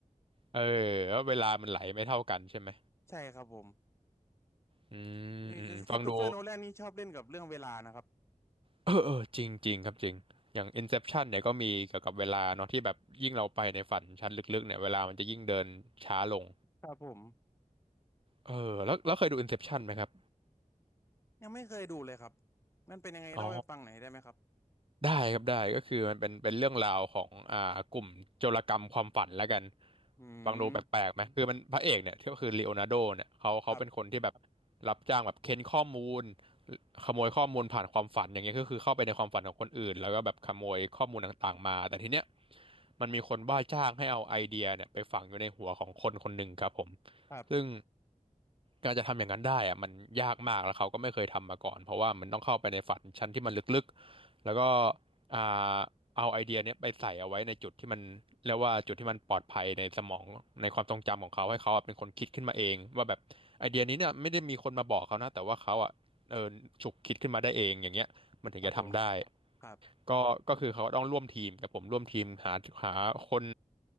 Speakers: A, on the right; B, on the left.
A: เออแล้วเวลามันไหลไม่เท่ากันใช่ไหม
B: ใช่ครับผม
A: อื
B: นี่คริสโตเฟอร์โนแลนนี่ชอบเล่นกับเรื่องเวลานะครับ
A: มอืมฟังดูเออเออจริงจริงครับจริงอย่าง Inception เนี่ยก็มีเกี่ยวกับเวลาเนาะที่แบบยิ่งเราไปในฝันชั้นลึกๆเนี่ยเวลามันจะยิ่งเดินช้าลง
B: ครับผม
A: เออแล้วแล้วเคยดู Inception ไหมครับ
B: ยังไม่เคยดูเลยครับมันเป็นยังไงเล่าให้ฟังหน่อยได้ไหมครับ
A: อ๋อ ได้ครับได้ก็คือมันเป็นเป็นเรื่องราวของอ่ากลุ่มโจรกรรมความฝันแล้วกัน
B: อืม
A: ฟังดูแปลกๆไหมคือมันพระเอกเนี่ยที่ก็คือลีโอนาร์โดเนี่ยเขาเขาเป็นคนที่แบบ
B: ครับ
A: รับจ้างแบบเค้นข้อมูลขโมยข้อมูลผ่านความฝันอย่างเงี้ยก็คือเข้าไปในความฝันของคนอื่นแล้วก็แบบขโมยข้อมูลต่างๆมาแต่ทีเนี้ยมันมีคนว่าจ้างให้เอาไอเดียเนี่ยไปฝังอยู่ในหัวของคนคนหนึ่งครับผม
B: ครับ
A: ซึ่งการจะทำอย่างนั้นได้อะมันยากมากแล้วเขาก็ไม่เคยทำมาก่อนเพราะว่ามันต้องเข้าไปในฝันชั้นที่มันลึกๆแล้วก็อ่าเอาไอเดียเนี้ยไปใส่เอาไว้ในจุดที่มันเรียกว่าจุดที่มันปลอดภัยในสมองในความทรงจำของเขาให้เขาอะเป็นคนคิดขึ้นมาเองว่าแบบไอเดียนี้เนี่ยไม่ได้มีคนมาบอกเขานะแต่ว่าเขาอ่ะเออฉุกคิดขึ้นมาได้เองอย่างเงี้ยมันถึงจะทำได้
B: ครับผมครับ
A: ก็ก็คือเขาต้องร่วมทีมกับผมร่วมทีมหาหาคน